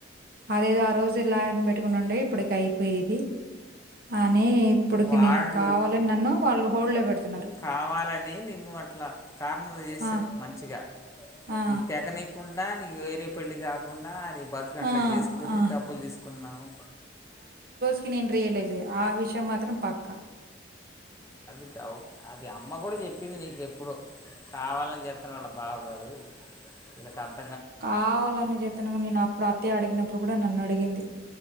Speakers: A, on the right; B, on the left.
A: అదేదో ఆ రోజు లాయర్ని పెట్టుకుని ఉండే ఇప్పటికి అయిపోయేది అని ఇప్పటికి
B: వాళ్ళు
A: నేను కావాలని నన్ను వాళ్ళు హోల్డ్‌లో పెడుతున్నారు.
B: కావాలనె నిన్ను అట్లా కా అమ్ నువ్ ఏసిరు
A: ఆ!
B: మంచిగా
A: ఆ!
B: ఈ తెగనీయకుండా నీగ్ వేరే పెళ్లి కాకుండా అది బతుకు అట్లా
A: ఆ!
B: చేసుకుని
A: ఆ!
B: డబ్బులు తీసుకున్నాము
A: కి నేను రియలైజ్ అయ్య ఆ విషయం మాత్రం పక్క
B: అది డౌట్ అది అమ్మ కూడా చెప్పింది నీకెప్పుడొ కావాలని చెతున్నాల్ వాళ్ళ బావ గాడు వీళ్ళక్ అర్థ్
A: కావాలన్న చేతున గున నేను అప్పుడు అత్తయ్య అడిగినప్పుడు కూడా నన్ను అడిగింది